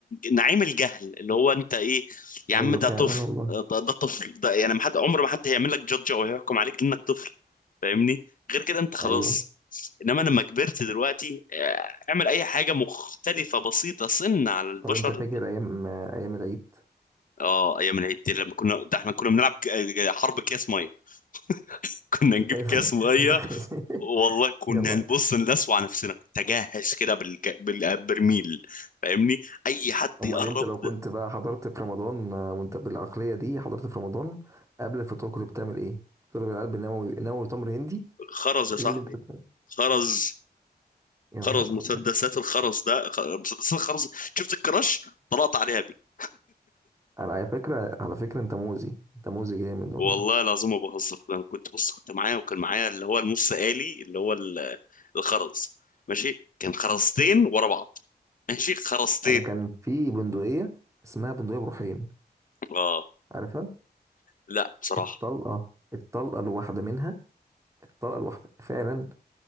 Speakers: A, on the left (about 50°); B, on the right (about 15°).
A: نعيم الجهل اللي هو انت ايه يا
B: ايوه
A: عم ده
B: فعلا
A: طفل
B: والله
A: ده, ده طفل ده يعني ما حد عمر ما حد هيعمل لك جادج او هيحكم عليك لانك طفل فاهمني غير كده انت خلاص
B: ايوه
A: انما لما كبرت دلوقتي آه، اعمل اي حاجه مختلفه بسيطه سن على البشر
B: طب انت فاكر
A: لا.
B: ايام ايام العيد
A: اه ايام العيد دي لما كنا ده احنا كنا بنلعب ك- آه، حرب كاس ميه <laughs> كنا نجيب
B: الآن-
A: كاس ميه
B: <laughs> انت <laughs>
A: والله كنا
B: يلا
A: نبص نلسوع نفسنا كنت اجهز كده بالك... بالبرميل فاهمني اي حد
B: امال
A: يقرب
B: انت لو كنت بقى حضرت في رمضان آه، وانت بالعقليه دي حضرت في رمضان قبل الفطور كنت بتعمل ايه؟ تضرب العلب بالنووي نووي تمر هندي
A: خرز يا صاحبي
B: ايه اللي انت بتعمل؟
A: خرز
B: يا نهار
A: خرز مسدسات
B: ابيض
A: الخرز ده خ- مسدسات الخرز شفت الكراش طلعت عليها بيه
B: على فكره على فكره انت موزي انت موزي جامد والله
A: والله العظيم ما بهزر انا كنت بص كنت معايا وكان معايا اللي هو النص آلي اللي هو ال- الخرز ماشي كان خرزتين ورا بعض ماشي خرزتين
B: انا كان في بندقيه اسمها بندقيه بروحين
A: اه
B: عارفها
A: لا بصراحة
B: الطلقه الطلقه الواحده منها الطلقه الواحده فعلا